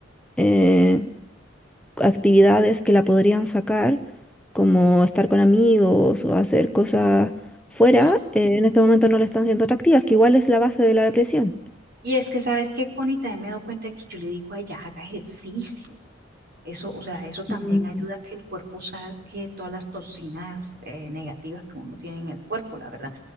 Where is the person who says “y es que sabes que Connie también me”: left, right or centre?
Right